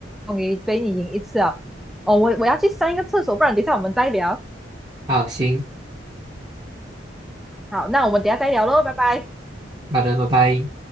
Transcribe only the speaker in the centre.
终于被你赢一次了。哦，我我要去上一个厕所，不然等一下我们再聊。
好，那我们等一下再聊喽，拜拜。